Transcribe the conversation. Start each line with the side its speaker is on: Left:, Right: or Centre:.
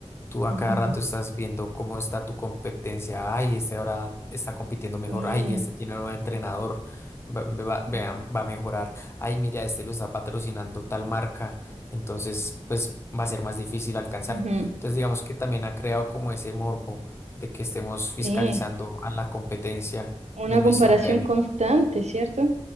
Left: Tú a
Right: ujú,
Left: cada rato estás viendo cómo está tu competencia. Ay, este ahora está compitiendo mejor.
Right: Sí,
Left: Ay, este tiene un nuevo entrenador. Va, va,
Right: sí,
Left: vea, va a mejorar. Ay, mira, este lo está patrocinando tal marca. Entonces, pues va a ser más difícil alcanzarlo.
Right: ujú.
Left: Entonces, digamos que también ha creado como ese morbo de que estemos fiscalizando
Right: sí.
Left: a la competencia
Right: una
Left: de nuestro
Right: comparación
Left: gremio.
Right: constante, ¿cierto?